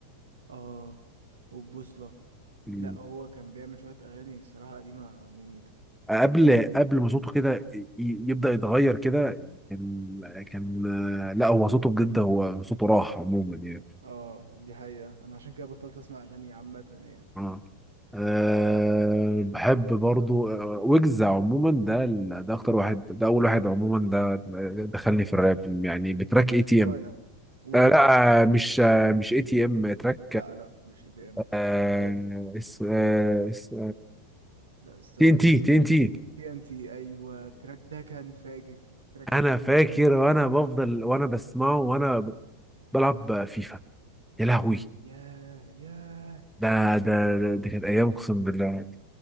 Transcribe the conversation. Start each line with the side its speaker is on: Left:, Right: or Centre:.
Right: اه والبوصلة
Centre: مم.
Right: لا هو كان بيعمل شوية اغاني الصراحة قديمة مميتة
Centre: قبل قبل ما صوته كده ي- يبدا يتغير كده كان كان آه، لا هو صوته بجد هو صوته راح عموما يعني
Right: اه دي حقيقة انا عشان كده بطلت اسمع اغاني عامة يعني
Centre: اه أه بحب برضو آه، ويجز عموما ده ال- ده اكتر واحد ده
Right: اه
Centre: اول واحد عموما ده آه، دخلني في الراب يعني بتراك اي تي
Right: وانا
Centre: ام
Right: وانا
Centre: آه لا آه، مش آه مش اي تي ام تراك
Right: لا لا مش اتهام
Centre: آه
Right: هقول لك
Centre: اس آه اس
Right: لا استنى
Centre: تي ان
Right: استنى
Centre: تي تي ان تي
Right: تي ان تي ايوه التراك ده كان فاجر التراك ده
Centre: انا
Right: كان
Centre: فاكر
Right: جامد
Centre: وانا بفضل وانا بسمعه وانا بلعب فيفا يا لهوي
Right: ياه ياه
Centre: ده ده ده- دي كانت ايام اقسم بالله